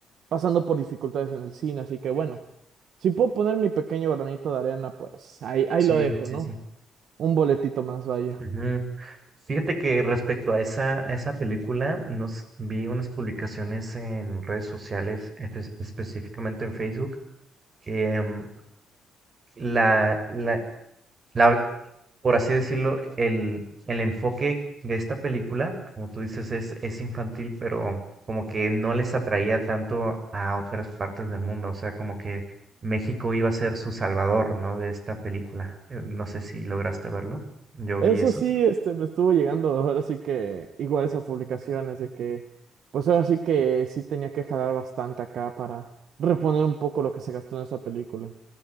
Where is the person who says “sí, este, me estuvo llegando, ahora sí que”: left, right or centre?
Right